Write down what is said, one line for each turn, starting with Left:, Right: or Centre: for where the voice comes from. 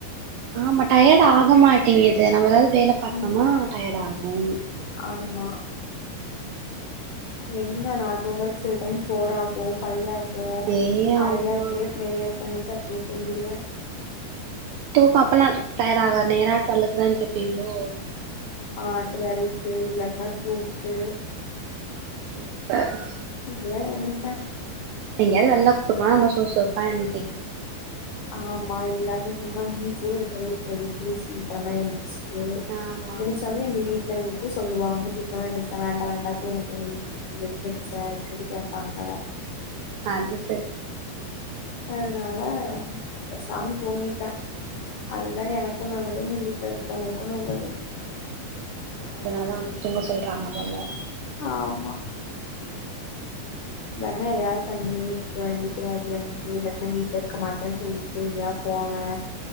Right: ஆமா டயர்ட் ஆக மாட்டேங்குது நம்ம ஏதாவது வேல பாத்தோம்னா
Left: ம்
Right: டயர்ட் ஆகும்
Left: ஆமா எங்க நா தூங்கவே சில டைம் போர் ஆகும் ஃபைவ் ஆகும்
Right: ஏ
Left: காலையில
Right: ஆமா
Left: அப்டியே பிரயர் பண்ணிட்டு அப்டியே தூங்கிருவேன்
Right: தூக்கம் அப்ல்லாம் டயர்ட் ஆக நேரா டொல்லுக்குதா எந்திரிப்பீங்களோ
Left: ஆ டுவ்லுக்கு இல்லட்னா டூவுக்கு
Right: சுப்பர்
Left: இல்ல எனி டைம்
Right: எங்கயாவது வெளில்ல கூட்டிட்டு போனா சுறுசுறுப்பா எந்தி
Left: ஆமா எல்லாருக்கும் சும்மா வீட்லயே இருக்கிற எதுக்கு சிக்கிறம எந்திச்சி எந்திரிச்சாலும்
Right: ஆமா
Left: எங்க வீட்ல சொல்லுவாங்க சீக்கிரமா எந்திரிச்ச வேண்டா வேண்டா தூங்கு தூங்கு நீ எதுக்கு எந்திரிச்சே அப்டி சொல்லி கேட்பாங்க
Right: அது செரி
Left: அதனால பேசாம தூங்கிட்டேன் அதுதான் எனக்கும் நல்லது எங்க வீட்ல இருக்கிறவங்களுக்கும் நல்லது
Right: அதனால தான் உன் தூங்க சொல்றாங்க போல
Left: ஆமா இல்லட்ன்னா எதாவது பண்ணி திட்டு வாங்கிட்டு அடி வாங்கிட்டு இல்லாட்ன்னா வீட்ல இருக்க மாட்டே சொல்லி எங்கயா போவே